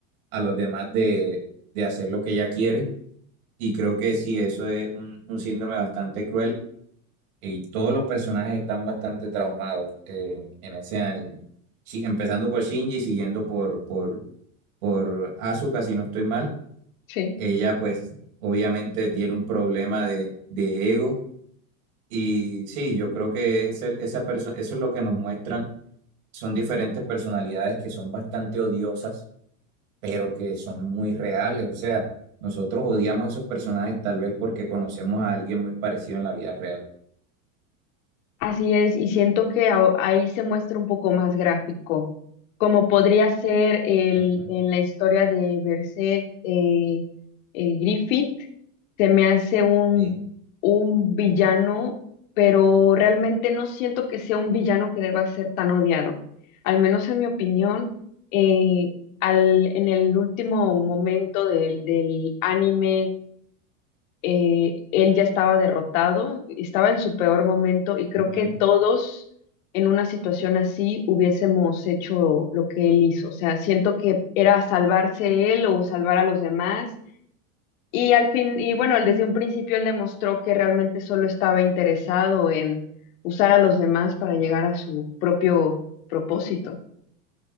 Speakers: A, on the right; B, on the left.
A: a los demás de, de hacer lo que ella quiere. Y creo que sí, eso es un, un síndrome bastante cruel y todos los personajes están bastante traumados eh, en, en ese anime. Sí, empezando por Shinji, siguiendo por, por, por Asuka, si no estoy mal.
B: Sí.
A: Ella pues obviamente tiene un problema de de ego y sí, yo creo que ese- esa persona eso es lo que nos muestran. Son diferentes personalidades que son bastante odiosas, pero que son muy reales. O sea, nosotros odiamos esos personajes tal vez porque conocemos a alguien muy parecido en la vida real.
B: Así es, y siento que a- ahí se muestra un poco más gráfico, como podría ser el,
A: Ujú,
B: en la historia de Berserk, eh, eh, Griffith, se me hace un,
A: sí,
B: un villano, pero realmente no siento que sea un villano que deba ser tan odiado. Al menos en mi opinión, eh, al, en el último momento del del anime eh, él ya estaba derrotado, estaba en su peor momento y creo
A: ujú.
B: que todos en una situación así hubiésemos hecho lo que él hizo. O sea, siento que era salvarse él o salvar a los demás. Y al fin, y bueno, él desde un principio él demostró que realmente solo estaba interesado en usar a los demás para llegar a su propio propósito.